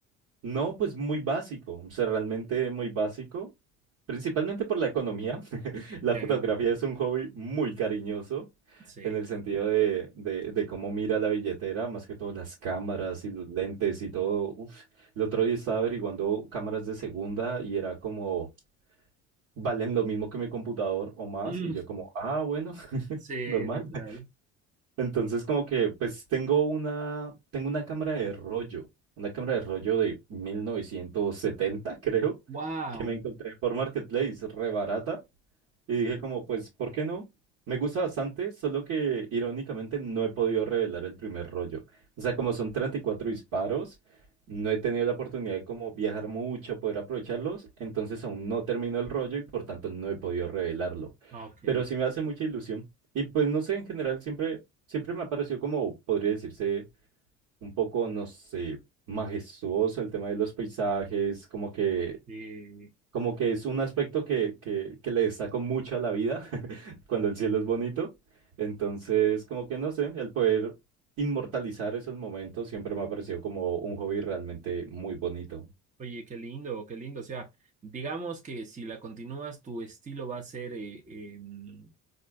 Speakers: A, on the right (about 60°); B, on the right (about 20°).
A: No, pues muy básico, o sea, realmente muy básico, principalmente por la economía. <laughs> La
B: Ya,
A: fotografía es un hobby muy cariñoso
B: sí.
A: en el sentido de, de, de cómo mira la billetera, más que todo las cámaras y los lentes y todo. Uf, el otro día estaba averiguando cámaras de segunda y era como, valen lo mismo que mi computador o más,
B: Mm,
A: y yo como, ah, bueno, <laughs>
B: sí,
A: normal.
B: literal.
A: Entonces, como que, pues tengo una, tengo una cámara de rollo, una cámara de rollo de 1970, <laughs> creo,
B: Wow.
A: que me encontré por Marketplace, re barata. Y dije como, pues, ¿por qué no? Me gusta bastante, solo que irónicamente no he podido revelar el primer rollo. O sea, como son 34 disparos, no he tenido la oportunidad de como viajar mucho, poder aprovecharlos, entonces aún no termino el rollo y por tanto no he podido revelarlo.
B: Ok.
A: Pero sí me hace mucha ilusión. Y pues no sé, en general siempre, siempre me ha parecido como, podría decirse, un poco, no sé, majestuoso el tema de los paisajes, como que,
B: sí.
A: como que es un aspecto que, que, que le destaco mucho a la vida cuando el cielo es bonito. Entonces, como que no sé, el poder inmortalizar esos momentos siempre me ha parecido como un hobby realmente muy bonito.
B: Oye, qué lindo, qué lindo. O sea, digamos que si la continúas, tu estilo va a ser eh, em,